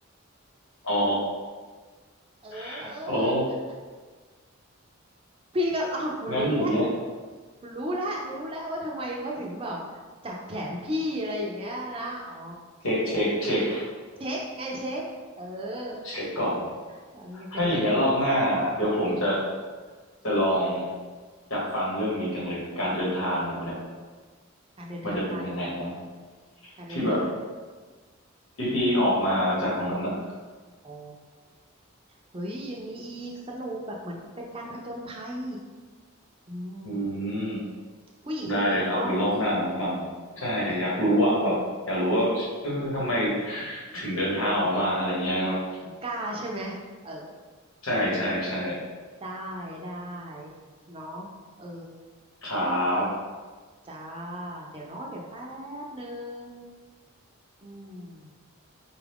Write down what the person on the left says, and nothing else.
อ๋อ
<laughs> โอ้
งั้นอย่างเงี้ย
เช็คเช็คเช็ค
เช็คก่อน
ถ้าอย่างเงี้ยรอบหน้าเดี๋ยวผมจะจะลองอยากฟังเรื่องนี้จังเลย การเดินทางแบบเนี้ย
มันจะเป็นยังไงนะ
ที่แบบที่พี่ออกมาจากตรงนั้นอะ
อืม
ได้เลยครับเดี๋ยวรอบหน้าผมฟังใช่อยากรู้อ่ะแบบอยากรู้ว่าเออทำไม
ถึงเดินทางออกมาอะไรเงี้ยครับ
ใช่ใช่ใช่
ครับ